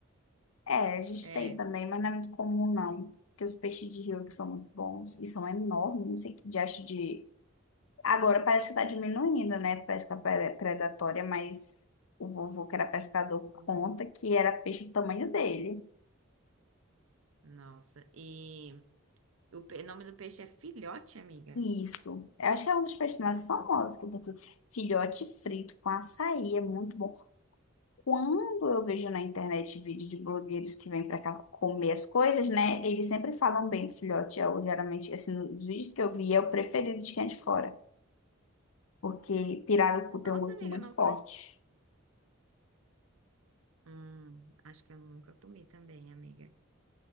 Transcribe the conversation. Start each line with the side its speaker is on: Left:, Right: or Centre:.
Left: É, a gente
Right: É.
Left: tem também, mas não é muito comum, não. Porque os peixes de rio que são muito bons e são enormes, não sei que diacho de. Agora parece que tá diminuindo, né? Pesca pre- predatória, mas o vovô que era pescador
Right: uhum.
Left: conta que era peixe do tamanho dele.
Right: Nossa, e o, pe- o nome do peixe é filhote, amiga?
Left: Isso. Eu acho que é um dos personagens famosos que tem aqui. Filhote frito com açaí é muito bom. Quando eu vejo na internet vídeo de blogueiros que vêm pra cá comer as coisas, né? Eles sempre falam bem do filhote. Eu, geralmente, assim, nos vídeos que eu vi, é o preferido de quem é de fora. Porque pirarucu tem
Right: Nossa,
Left: um gosto
Right: amiga,
Left: muito
Right: não
Left: forte.
Right: comi. Hum, acho que eu nunca comi também, amiga.